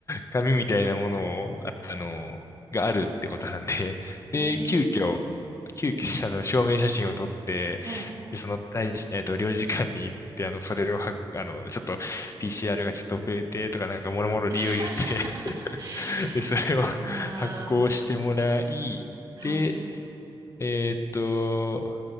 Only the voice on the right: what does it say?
ええ
はい。
<laughs>
あ
あ、
はい。